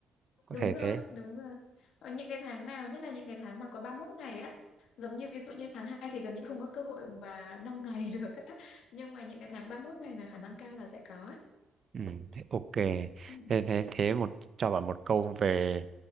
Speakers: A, on the right; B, on the left.
A: có
B: Đúng
A: thể
B: rồi,
A: thế
B: đúng rồi. Ở những cái tháng nào, nhất là những cái tháng mà có 31 ngày á, giống như ví dụ như tháng 2 thì gần như không có cơ hội mà 5 ngày <laughs> được á. Nhưng mà những cái tháng ba mươi mốt ngày là khả năng cao là sẽ có. ấy.
A: ừ. thế ok
B: Ừ.
A: thế thế thế một cho bạn một câu về,